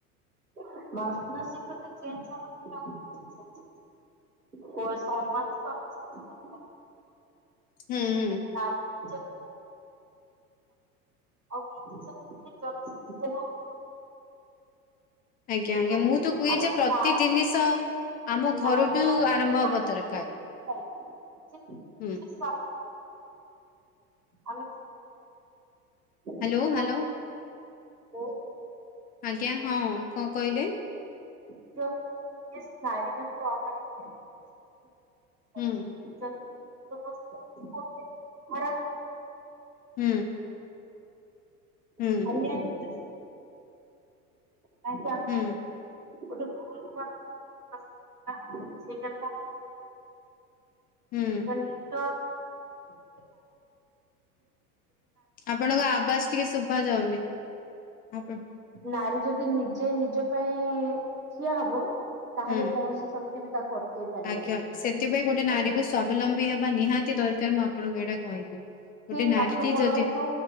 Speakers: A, on the right; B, on the left.
A: <unintelligible> ଓ, <unintelligible> କରିପାରିବା।
B: ହୁଁ-ଉ-ଉ।
A: <unintelligible> <unintelligible>
B: ଆଜ୍ଞା,
A: କିନ୍ତୁ
B: ଆଜ୍ଞା, ମୁଁ ତୁ କୁହେ
A: ଆମେ
B: ଯେ, ପ୍ରତି
A: ନାରୀ
B: ଜିନିଷ ଆମ ଘରଠୁ
A: ନାରୀ ମାନଙ୍କୁ
B: ଆରମ୍ଭ ହବା
A: ଆମେ
B: ଦରକାର।
A: ନିଜେ
B: ହୁଁ।
A: ସ୍ୱାବଲମ୍ବୀ ଆମେ
B: ହାଲୋ,
A: ଇଏ
B: ହାଲୋ।
A: କରୁ ଓ
B: ଆଜ୍ଞା ହଁ, କଣ କହିଲେ?
A: <unintelligible>
B: ହୁଁଁ।
A: <unintelligible> ହଉ,
B: ହୁଁ
A: <unintelligible>
B: ହୁଁ
A: <unintelligible>
B: ହୁଁ ହୁଁ।
A: ଶୁଇଛ? <unintelligible> <unintelligible>
B: ଆପଣଙ୍କ ଆବାଜ ଟିକେ ଶୁଭା ଯାଉନି। ଆପଣ
A: ନାରୀ ଯଦି ନିଜେ ନିଜ ପାଇଁ ଠିଆ ହବ ତାହେଲେ
B: ହୁଁ।
A: କୌଣସି ସ କେହି ବି ତାକୁ ଅଟକେଇ ପାରିବେ
B: ଆଜ୍ଞା,
A: ନାହିଁ
B: ସେଥିପାଇଁ ଗୋଟେ ନାରୀକୁ
A: ହେଲା।
B: ସ୍ଵାବଲମ୍ବୀ ହେବା ନିହାତି ଦରକାର ମୁଁ ଆପଣଙ୍କୁ ଏଇଟା କହିବି। ଗୋଟେ
A: ସେ
B: ନାରୀଟି
A: ପାଠ ପଢନ୍ତୁ,
B: ଯଦି